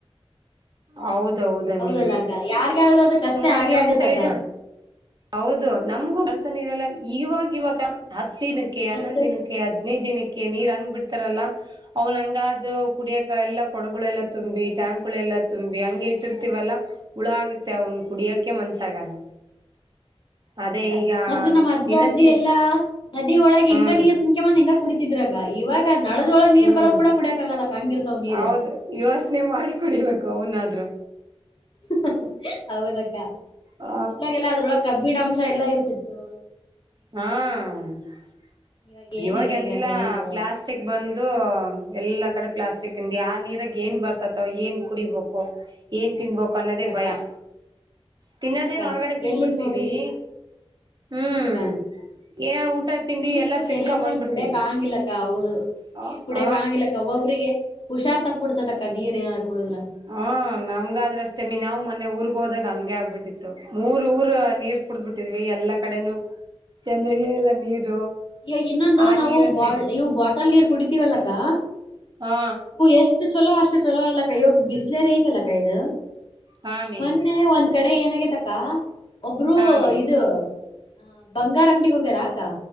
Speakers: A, on the right; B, on the left.
A: ಹೌದೌದಮ್ಮಿ
B: ಹೌದಲ್ಲ
A: <unintelligible>
B: ಅಕ್ಕ ಯಾರಿಗಾದ್ರೂ ಅದ ಕಷ್ಟ
A: ಮೊರಿಲಿ
B: ಆಗೇ
A: ನಮ್ಮ್
B: ಆಗತ್ತಕ್ಕ
A: ಸೈಡ್ ಹೌದು ನಮಗು <unintelligible>
B: ಹಾ
A: ಇರಲ್ಲ
B: ಅಕ್ಕ
A: ಇವಾಗ ಇವಾಗ ಹತ್ತಿನ ಕ್ಕೆ ಹನ್ನೊಂದ್
B: ಮೊದ್ಲು
A: ದಿನಕ್ಕೆ ಹದ್ನೈದ ದಿನಕ್ಕೆ
B: ನಮ್ಮ
A: ನೀರ್ ಹಂಗ್ ಬಿಡ್ತ ತರಲ್ಲ ಅವ್ನ್ ಹಂಗಾದ ಕುಡಿಯಕ ಎಲ್ಲಾ ಕೊಡಗುಳೆಲ್ಲ ತುಂಬಿ ಟ್ಯಾಂಕ್ ಗಳೆಲ್ಲ ತುಂಬಿ ಹಂಗೆ ಇಟ್ಟಿರ್ತವಲ್ಲಾ ಹುಳ ಆಗುತ್ತೆ ಅವನ್ ಕುಡಿಯಕೆ ಮನ್ಸಾಗಲ್ಲ
B: ಹಾ ಅಕ್ಕ <inaudible> ಹೌದಕ್ಕ
A: ಅದೇ ಈಗ
B: ಮೊದ್ಲು ನಮ್ಮ್ ಅಜ್ಜಾ
A: ದಿನಕ್ಕೆ
B: ಅಜ್ಜಿ ಎಲ್ಲಾ ನದಿ ಒಳಗೆ
A: ಹ್ಮ್
B: ಹಿಂಗ ನೀರ್ ತುಂಮಕೆ ಬಂದ್ ಹಿಂಗ ಕುಡಿತಿದ್ರಕ್ಕಾ ಇವಾಗ ನಳದೊಳಗ್ ನೀರ್
A: ಹ್ಮ್
B: ಬರೊವ್ ಕೂಡ ಕುಡಿಯಕ್ಕಾಗಲ್ಲ ಅಕ್ಕಾ ಹಂಗಿರ್ತಾವ ನೀರ್.
A: ಹೌದು ಯೋಚನೆ ಮಾಡಿ ಕುಡಿಬೇಕು ಅವನಾದ್ರು
B: ಹ ಹಾ. ಹೌದಕ್ಕ
A: ಹ
B: ಮೊದ್ಲಾಗೆಲ್ಲ ಅದ್ರೊಳ್ಗ ಕಬ್ಬಿಣಾಂಶ ಎಲ್ಲಾ ಇರ್ತಿತ್ತು
A: ಹಾಂ <unintelligible>
B: ಇವಾಗ ಏನು
A: ಇವಾಗೆಲ್ಲಾ
B: ಇರಂಗಿಲ್ಲಕ್ಕ ನೀರ್ದೊಳಗ
A: ಪ್ಲಾಸ್ ಪ್ಲಾಸ್ಟಿಕ್ ಬಂದು ಎಲ್ಲಾ ಕಡೆ ಪ್ಲಾಸ್ಟಿಕ್ ಇಂದ ಆ ನೀರಾಗ ಏನ್ ಬರ್ತತೊ ಏನ್ ಕುಡಿಬೇಕೊ ಏನ್ ತಿನ್ಬೇಕು ಅನ್ನೋದೇ
B: ಹೌದಕ್ಕ
A: ಭಯಾ. ತಿನ್ನದೇನ್
B: ಹಾ ಅಕ್ಕ
A: ಹೊರಗಡೆ ತಿನ್ಬಿಡ್ತೀವಿ
B: ಎಲ್ಲಿ ನೋಡಿದ್ರು
A: <unintelligible> ಹ್ಮ್
B: ಹಾ ಅಕ್ಕ
A: ಏನಾರ್ ಊಟ ತಿಂಡಿ
B: ನೀರು
A: ಎಲ್ಲಾ ತಿನ್ಕೊ
B: ಎಲ್ಲಂದ್ರಲ್ಲಿ
A: ಬಂದ್ಬಿಡ್ತೀವಿ
B: ಕೂಡಿಯಕ್ ಆಗಂಗಿಲಕ್ಕಾ ಹೌದು
A: ಹ
B: ನೀರ್ ಕುಡೆಕ ಆಗಂಗಿಲಕ್ಕಾ ಒಬ್ಬರಿಗೆ ಹುಷಾರ್ ತಪ್ಪಿಡ್ತತೆತಕ್ಕಾ ನೀರ್ ಏನಾರ ಕುಡುದ್ರ
A: ಹ ನಮ್ಗಾದ್ರ ಅಷ್ಟೇನೇ ನಾವು ಮೊನ್ನೆ ಊರ್ಗ್ ಹೋದಾಗ ಹಂಗೆ ಆಗ್ಬಿಟ್ಟಿತ್ತು ಮೂರ್ ಊರ್ ನೀರ್ ಕುಡಬಿಟ್ಟಿದ್ವಿ ಎಲ್ಲಾ ಕಡೆನೂ ಚೆನ್ನಾಗೇ ಇಲ್ಲಾ ನೀರು.
B: ಯ ಇನ್ನೊಂದು
A: ಆ
B: ನಾವು
A: ನೀರಂತೆ
B: ಬಾಳ್ ಇವು ಬಾಟಲ್ ನೀರ್ ಕುಡಿತೀವಲ್ಲಕ್ಕಾ
A: ಹಾ.
B: ಎಷ್ಟು ಚಲೋ ಅಷ್ಟು ಚೊಲೋ ಅಲ್ಲಕ್ಕಾ ಇವಾಗ ಬಿಸ್ಲೇರ್ ಐತಲ್ಲಕ್ಕ ಇದ
A: ಹಾ ಮಿ
B: <inaudible> ಮೊನ್ನೆ ಒಂದ್ ಒಂದ್ ಕಡೆ ಏನಾಗೇತಕ್ಕಾ ಒಬ್ಬರು
A: ಹಾ ಮಿ
B: ಇದ ಹ ಬಂಗಾರ ಅಂಗಡಿಗೆ ಹೋಗ್ಯಾರ ಅಕ್ಕಾ